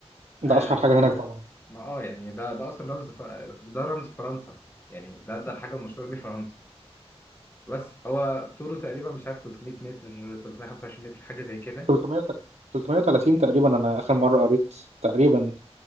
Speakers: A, on the right; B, on the left.
A: ده
B: آه
A: اشهر حاجه هناك طبعا
B: ما اه يعني ده ده اصلا رمز فر... ده رمز فرنسا يعني ده ده الحاجه المشهوره بيه فرنسا بس هو طوله تقريبا مش عارف 300 متر 325 متر حاجه زي كده
A: 300 330 تقريبا انا اخر مره قريت تقريبا